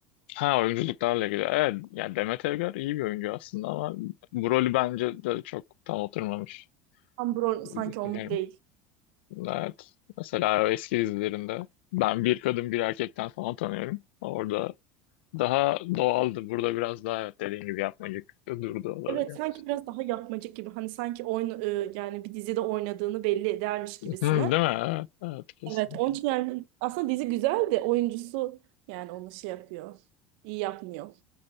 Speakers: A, on the left (about 80°); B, on the right (about 70°).
A: Ha oyunculuklarla ilgili. Evet yani Demet Evgar iyi bir oyuncu aslında ama bu rolü bence de çok tam oturmamış
B: Tam bu rol
A: gibi
B: sanki
A: düşünüyorum.
B: onluk değil.
A: Evet. Mesela o eski dizilerinde ben bir kadın bir erkekten falan tanıyorum. Orada daha doğaldı. Burada biraz daha evet, dediğin gibi yapmacık durdu olabiliyor.
B: Evet sanki biraz daha yapmacık gibi. Hani sanki oyun e, yani bir dizide oynadığını belli edermiş gibisine.
A: Hı, değil mi? Evet, evet kesinlikle.
B: Evet onun için yani aslında dizi güzel de oyuncusu yani onu şey yapıyor. İyi yapmıyor